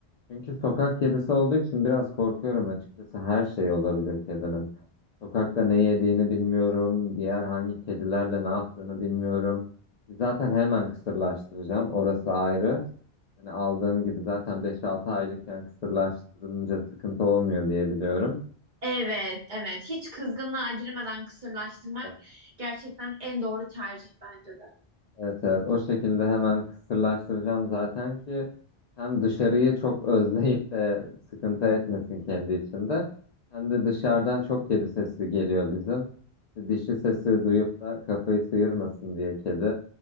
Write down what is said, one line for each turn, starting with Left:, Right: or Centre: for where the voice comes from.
Left: Çünkü sokak kedisi olduğu için biraz korkuyorum açıkçası. Her şey olabilir kedinin. Sokakta ne yediğini bilmiyorum, diğer hangi kedilerle ne yaptığını bilmiyorum. Zaten hemen kısırlaştıracağım. Orası ayrı. Hani aldığım gibi zaten beş altı aylıkken kısırlaştırılınca sıkıntı olmuyor diye biliyorum.
Right: Evet, evet. Hiç kızgınlığa girmeden kısırlaştırmak
Left: Evet,
Right: gerçekten en doğru tercih bence de.
Left: evet, evet. O şekilde hemen kısırlaştıracağım zaten ki hem dışarıyı çok <laughs> özleyip de sıkıntı etmesin kendi içinde hem de dışarıdan çok kedi sesi geliyor bizim. İşte Dişi sesi duyup da kafayı sıyırmasın diye kedi.